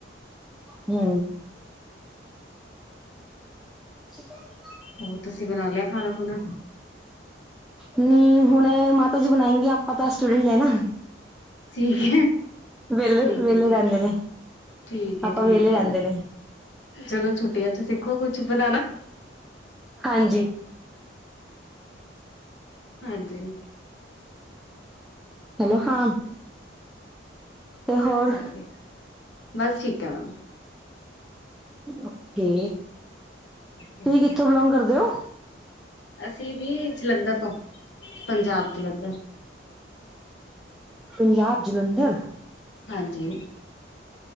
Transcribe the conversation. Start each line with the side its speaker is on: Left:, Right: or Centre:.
Centre: ਹੂੰ। <unintelligible>
Left: ਹੋਰ ਤੁਸੀਂ ਬਣਾ ਲਿਆ ਖਾਣਾ ਖੁਣਾ।
Centre: ਨੀ, ਹੁਣ ਮਾਤਾ ਜੀ ਬਣਾਏਂਗੇ ਆਪਾਂ ਤਾਂ ਸਟੂਡੈਂਟ ਐ ਨਾ।
Left: ਠੀਕ।
Centre: ਵਿਹਲੇ
Left: ਠੀਕ
Centre: ਵਿਹਲੇ
Left: ਹੈ ਠੀਕ
Centre: ਰਹਿੰਦੇ
Left: ਹੈ
Centre: ਨੇ।
Left: ਠੀਕ ਏ।
Centre: ਆਪਾਂ
Left: ਠੀਕ
Centre: ਵਿਹਲੇ ਰਹਿੰਦੇ
Left: ਏ।
Centre: ਨੇ
Left: ਚਲੋ ਛੁੱਟੀਆਂ ਚ ਸਿੱਖੋ ਕੁਛ ਬਣਾਣਾ।
Centre: ਹਾਂਜੀ।
Left: ਹਾਂਜੀ।
Centre: ਹੈਲੋ, ਹਾਂ। ਤੇ ਹੋਰ
Left: ਹਾਂਜੀ ਬਸ ਠੀਕ ਹੈ ਮੈਮ।
Centre: ਓਕੇ।
Left: ਹਾਂਜੀ
Centre: ਤੁਸੀਂ ਕਿੱਥੋਂ ਬਿਲੋਂਗ ਕਰਦੇ ਔ?
Left: ਅਸੀਂ ਵੀ ਜਲੰਧਰ ਤੋਂ ਪੰਜਾਬ, ਜਲੰਧਰ।
Centre: ਪੰਜਾਬ, ਜਲੰਧਰ।
Left: ਹਾਂਜੀ।